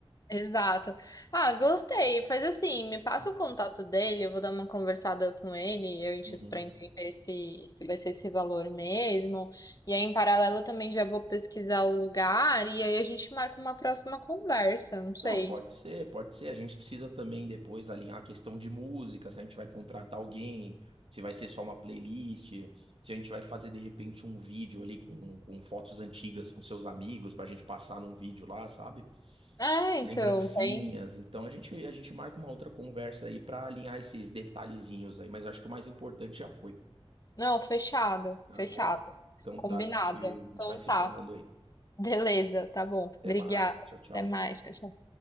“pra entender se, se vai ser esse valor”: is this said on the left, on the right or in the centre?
Left